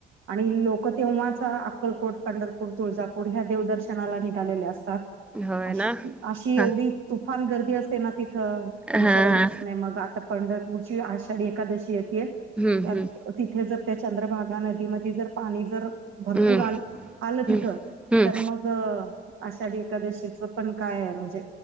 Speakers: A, on the right; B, in the centre.
A: आणि लोकं तेव्हाचा अक्कलकोट, पंढरपूर, तुळजापूर ह्या देवदर्शनाला निघालेले असतात.
B: हा होय
A: अशी
B: ना
A: अशी एवढी
B: हा
A: तुफान गर्दी असते ना तिथं
B: हा
A: विचारायचंच
B: हा
A: नाही मग, आता पंढरपूरची आषाढी एकादशी येतेय. त्यात
B: हम्म हम्म
A: तिथे जर त्या चंद्रभागा नदीमध्ये जर पाणी जर भरपूर
B: हम्म
A: आ आलं तिथं,
B: हम्म
A: तर मग आषाढी एकादशीच पण काय आहे म्हणजे